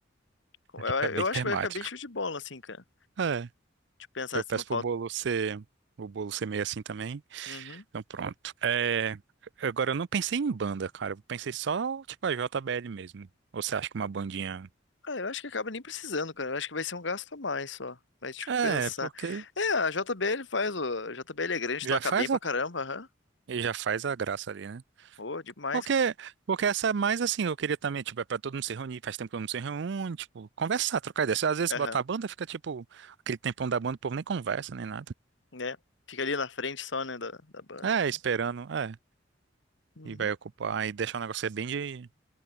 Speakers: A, on the left (about 70°); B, on the right (about 65°).
A: Eu,
B: <laughs> fica bem
A: eu
B: temático.
A: acho que vai ficar bem show de bola, assim, cara.
B: É,
A: Deixa eu pensar
B: eu
A: se
B: peço
A: não falta.
B: pro bolo ser, o bolo ser meio assim também.
A: Uhum.
B: Então pronto. É, agora eu não pensei em banda, cara, eu pensei só, tipo, a JBL mesmo. Ou você acha que uma bandinha...
A: Ah, eu acho que acaba nem precisando, cara. Eu acho que vai ser um gasto a mais só. Mas, tipo,
B: É,
A: pensar.
B: porque
A: É, a JBL faz, o a JBL é grande,
B: já
A: toca
B: faz
A: bem pra
B: a,
A: caramba, aham.
B: e já faz a graça ali, né?
A: Ô, demais,
B: Porque,
A: cara.
B: porque essa é mais assim, eu queria também, tipo, é pra todo mundo se reunir, faz tempo que eu não se reúne, tipo, conversar, trocar ideia. Às vezes
A: Aham,
B: botar a banda, fica tipo, aquele tempão da banda, o povo nem conversa, nem nada.
A: né? Fica ali na frente só, né, da, da banda
B: É,
A: e tal.
B: esperando, é,
A: Uhum.
B: e vai ocupar, e deixar o negócio ser bem de